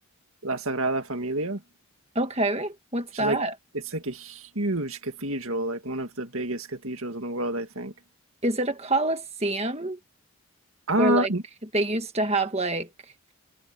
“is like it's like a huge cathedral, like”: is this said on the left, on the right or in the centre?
Right